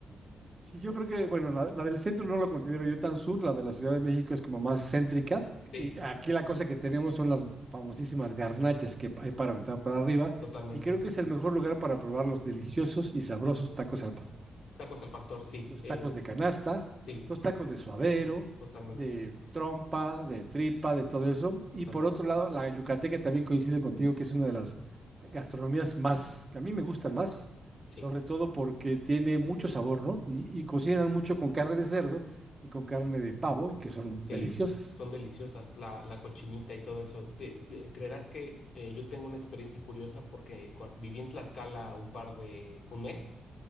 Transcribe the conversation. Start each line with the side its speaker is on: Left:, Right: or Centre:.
Right: Sí, yo creo que, bueno, la, la del centro no lo considero yo tan sur, la de la Ciudad de México es como más céntrica,
Left: Sí,
Right: y aquí la cosa que tenemos son las famosísimas garnachas que hay para aventar para arriba,
Left: totalmente,
Right: y creo
Left: sí.
Right: que es el mejor lugar para probar los deliciosos y sabrosos tacos al pastor.
Left: Tacos al pastor, sí,
Right: los
Left: eh,
Right: tacos de canasta,
Left: sí,
Right: los tacos de suadero,
Left: totalmente,
Right: de trompa, de tripa, de todo eso.
Left: totalmente.
Right: Y por otro lado, la yucateca también coincide contigo, que es una de las gastronomías más, que a mí me gustan más,
Left: sí.
Right: sobre todo porque tiene mucho sabor, ¿no? Y, y cocinan mucho con carne de cerdo y con carne de pavo, y que son
Left: Sí,
Right: deliciosas.
Left: son deliciosas, la, la cochinita y todo eso. Te- te- creerás que eh, yo tengo una experiencia curiosa porque cua- viví en Tlaxcala un par de, un mes